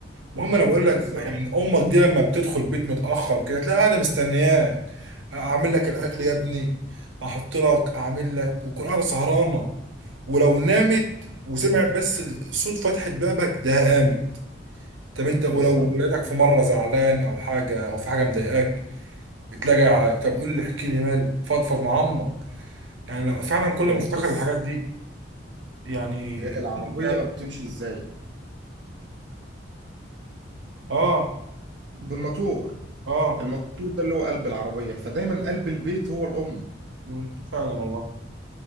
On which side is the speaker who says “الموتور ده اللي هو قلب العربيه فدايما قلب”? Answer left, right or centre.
Right